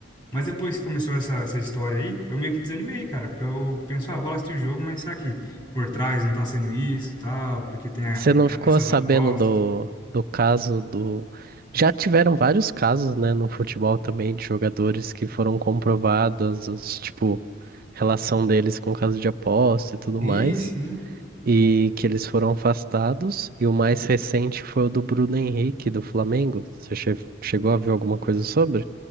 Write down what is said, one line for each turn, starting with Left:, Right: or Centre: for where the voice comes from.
Left: Mas depois que começou essa, essa história aí, eu meio que desanimei, cara. Porque eu penso, ah, vou lá assistir o jogo, mas será que por trás não tá sendo isso, tal? Porque tem a-
Right: Você não ficou
Left: a- essas
Right: sabendo
Left: apostas.
Right: do, do caso do. Já tiveram vários casos, né, no futebol também, de jogadores que foram comprovados, os, tipo, relação deles com caso de aposta e tudo
Left: Sim,
Right: mais,
Left: sim.
Right: e que eles foram afastados. E o mais recente foi o do Bruno Henrique, do Flamengo. Você che- chegou a ver alguma coisa sobre?